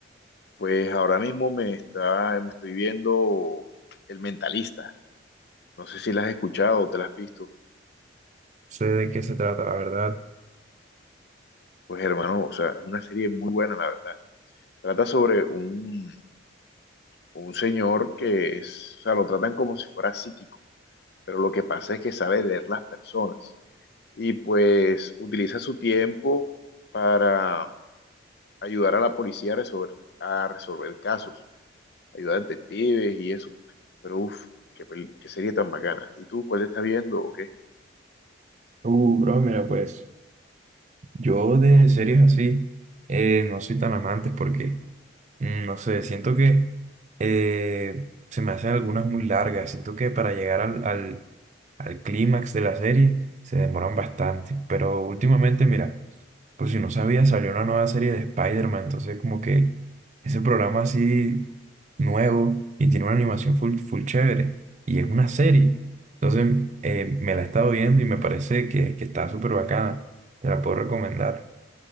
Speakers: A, on the left (about 55°); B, on the right (about 35°).
A: Pues ahora mismo me está, me estoy viendo El Mentalista. No sé si la has escuchado o te la has visto.
B: No sé de qué se trata, la verdad.
A: Pues hermano, o sea, es una serie muy buena, la verdad. Trata sobre un un señor que es, o sea, lo tratan como si fuera psíquico, pero lo que pasa es que sabe leer las personas y pues utiliza su tiempo para ayudar a la policía a resolver, a resolver casos, ayudar a detectives y eso. Pero uff, qué, peli- qué serie tan bacana. ¿Y tú cuál estás viendo o qué?
B: Uh, bro, mira, pues yo de series así eh, no soy tan amante porque Mm, No sé, siento que eh, se me hacen algunas muy largas. Siento que para llegar al, al, al clímax de la serie se demoran bastante. Pero últimamente, mira, por si no sabía, salió una nueva serie de Spider-Man. Entonces, como que ese programa así nuevo y tiene una animación full, full chévere. Y es una serie. Entonces, eh, me la he estado viendo y me parece que, que está súper bacana. Te la puedo recomendar.